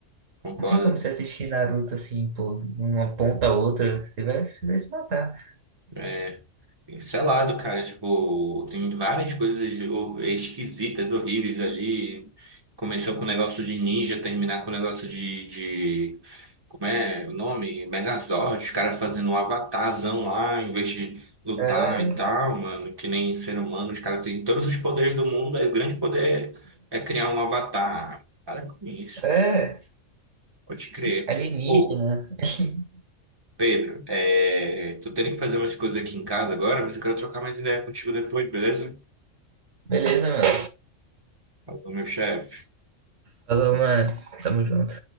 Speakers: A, on the right (about 20°); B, on the right (about 80°).
A: Concordo.
B: não tem como você assistir Naruto assim, pô, de uma ponta a outra, você vai, você vai se matar.
A: É, sei lá, do cara, tipo, tem várias coisas o- esquisitas, horríveis ali. Começou com o negócio de ninja, terminar com o negócio de, de- como é o nome? Megazord, os caras fazendo um avatarzão lá, em vez de lutar
B: É,
A: e tal, mano, que nem ser humano, os caras têm todos os poderes do mundo, aí o grande poder é criar um avatar. Para com isso,
B: é
A: velho. Pode crer.
B: alienígena.
A: Ou
B: <laughs>
A: Pedro, é... tô tendo que fazer umas coisas aqui em casa agora, mas eu quero trocar mais ideia contigo depois, beleza?
B: Beleza, mano.
A: Falou, meu chefe.
B: Falou, mano. Tamo junto.